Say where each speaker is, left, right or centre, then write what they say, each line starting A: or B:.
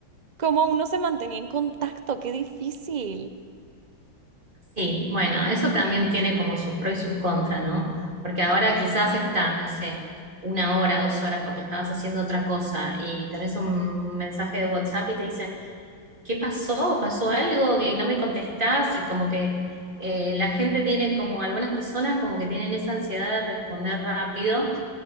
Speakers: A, on the right (about 75°); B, on the right (about 25°).
A: cómo uno se mantenía en contacto? Qué difícil.
B: sí, bueno, eso también tiene como sus pros y sus contras, ¿no? Porque ahora quizás estás, no sé, una hora, dos horas porque estabas haciendo otra cosa y tenés un mensaje de WhatsApp y te dicen, ¿qué pasó? ¿Pasó algo que no me contestás? Y como que eh, la gente tiene, como algunas personas, como que tienen esa ansiedad de responder rápido.